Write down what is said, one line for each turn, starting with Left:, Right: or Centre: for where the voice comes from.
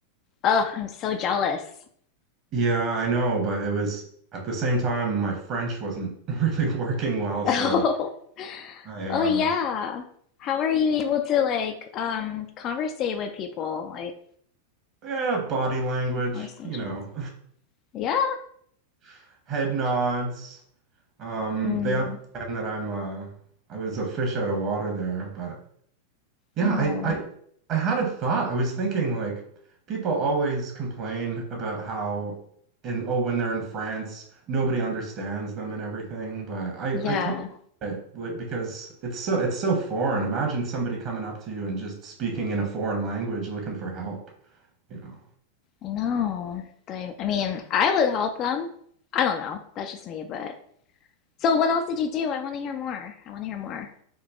Left: Oh, I'm so jealous.
Right: Yeah, I know, but it was at the same time my French wasn't <laughs> really working well,
Left: <laughs>
Right: so
Left: Oh,
Right: I
Left: oh
Right: uh
Left: yeah. How are you able to like um conversate with people? Like
Right: yeah, body language,
Left: conversations.
Right: you know,
Left: Yeah.
Right: <laughs> head nods. Um,
Left: Mm.
Right: they understand that I'm uh I was a fish out of water there, but yeah,
Left: Oh,
Right: I I I had a thought. I was thinking like people always complain about how in oh when they're in France, nobody understands them and everything, but I
Left: yeah.
Right: I totally get it like, because it's so it's so foreign. Imagine somebody coming up to you and just speaking in a foreign language looking for help, you know.
Left: I know. They, I mean, I would help them. I don't know. That's just me, but so what else did you do? I want to hear more. I want to hear more.